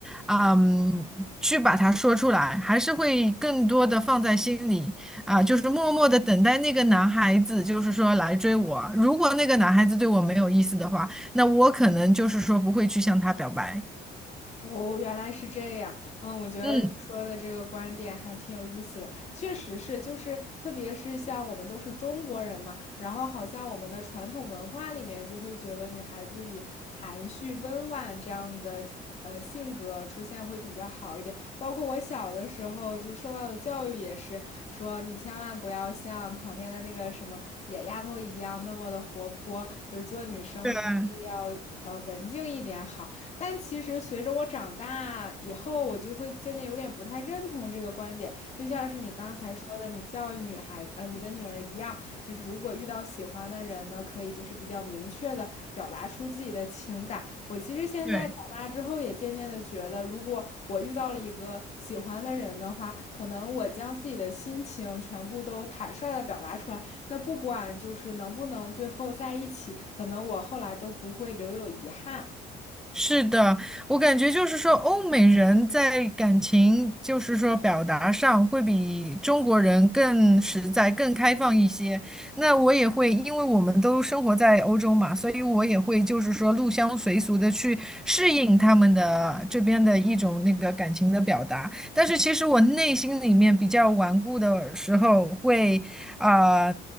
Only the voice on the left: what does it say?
哦，原来是这样。嗯，我觉得你说的这个观点还挺有意思的，
确实是，就是特别是像我们都是中国人嘛，然后好像我们的传统文化里面就会觉得女孩子以含蓄温婉这样的呃性格出现会比较好一点。包括我小的时候就受到的教育也是说，你千万不要像旁边的那个什么野丫头一样那么的活泼，就是做女生还是要呃文静一点好。
但其实随着我长大以后，我就会渐渐有点不太认同这个观点。就像是你刚才说的，你教育女孩，呃，你的女儿一样，就是如果遇到喜欢的人呢，可以就是比较明确的表达出自己的情感。我其实现在长大之后，
也渐渐的觉得，如果我遇到了一个喜欢的人的话，可能我将自己的心情全部都坦率的表达出来，那不管就是能不能最后在一起，可能我后来都不会留有遗憾。